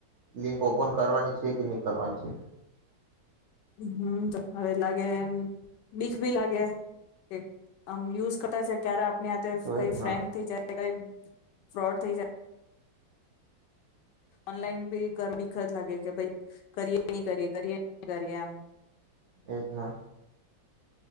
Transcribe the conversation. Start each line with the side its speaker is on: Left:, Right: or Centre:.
Right: લિંક ઓપન કરવાની છે. તે કેની કરવાની છે.
Left: હમ તો હવે લાગે એમ બીખ ભી લાગે એક. આમ યુઝ કરતા છે ક્યારે આપણી આ
Right: તો એજ
Left: કઈ ફ્રેન્ક
Right: ના
Left: થઈ જાય કઈ. ફ્રોડ થઈ જાય. ઓનલાઈન ભી કર ભીખ જ લાગે કે ભાઈ કરીએ નહી કરીએ કરીએ ન કરીએ એમ.
Right: એજ ના.